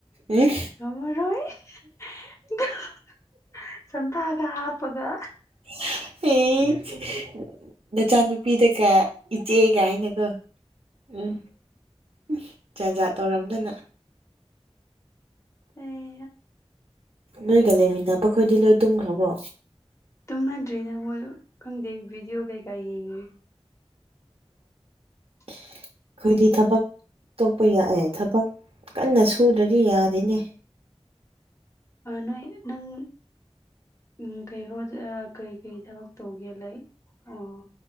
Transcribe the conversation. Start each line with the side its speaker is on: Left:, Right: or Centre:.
Right: ꯎꯝ
Left: ꯉꯝꯃꯔꯣꯏ <unintelligible> ꯁꯝꯐꯥꯗ ꯍꯥꯞꯄꯥꯒꯥ
Right: <unintelligible> ꯑꯦ <unintelligible> ꯅꯆꯥꯅꯨꯄꯤꯗꯒ ꯏꯆꯦꯒꯥꯏꯅ ꯀꯣ ꯎꯝ ꯎꯝ ꯖꯥꯠ ꯖꯥꯠ ꯇꯧꯔꯝꯗꯅ
Left: ꯑꯩ
Right: ꯅꯣꯏꯒ ꯂꯩꯃꯤꯟꯅꯕꯈꯣꯏꯗꯤ ꯂꯣꯏ ꯇꯨꯝꯈ꯭ꯔꯕꯣ
Left: ꯇꯨꯝꯅꯗ꯭ꯔꯤꯗ ꯃꯣꯏ ꯈꯪꯗꯦ ꯚꯤꯗꯤꯑꯣ ꯀꯩꯀꯥ ꯌꯦꯡꯉꯤ <inaudible>
Right: <unintelligible> ꯑꯈꯣꯏꯗꯤ ꯊꯕꯛ ꯇꯣꯛꯄ ꯌꯥ ꯑꯦ ꯊꯕꯛ ꯀꯟꯅ ꯁꯨꯗ꯭ꯔꯗꯤ ꯌꯥꯗꯦꯅꯦ
Left: ꯑ ꯅꯣꯏ ꯅꯪ ꯎꯝ ꯀꯩ ꯍꯣꯠ ꯑꯥ ꯀꯩ ꯀꯩ ꯊꯕꯛ ꯇꯧꯒꯦ ꯂꯩ ꯑꯣ